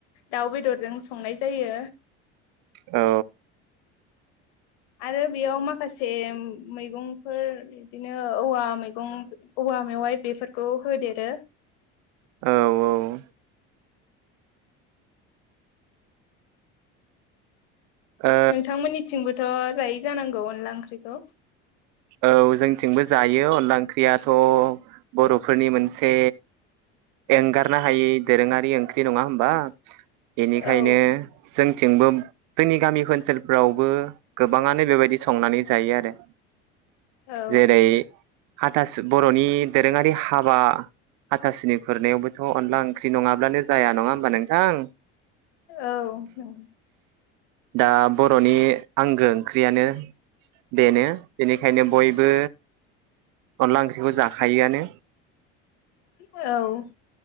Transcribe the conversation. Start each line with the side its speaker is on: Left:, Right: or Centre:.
Left: दाउ बेदरजों संनाय जायो।
Right: औ
Left: आरो बेयाव माखासे मैगंफोर बिदिनो औवा मैगं औवा मेवाइ बेफोरखौ होदेरो।
Right: औ औ ओ
Left: नोंथांमोननिथिंबो थ' जायै जानांगौ अनला ओंख्रिखौ।
Right: औ जोंथिंबो जायो अनला ओंख्रियाथ' बर'फोरनि मोनसे एंगारनो हायि दोरोङारि ओंख्रि नङा होमबा। बेनिखायनो
Left: औ
Right: जों थिंबो जोंनि गामि ओनसोलफ्रावबो गोबाङानो बेबायदि संनानै जायो आरो।
Left: औ
Right: जेरै हाथासु बर'नि दोरोङारि हाबा हाथासुनि खुरनायावबोथ' अनला ओंख्रि नङाब्लानो जाया नङा होमबा नोंथां।
Left: औ नों
Right: दा बर'नि आंगो ओंख्रियानो बेनो। बेनिखायनो बयबो अनला ओंख्रिखौ जा खायोआनो
Left: औ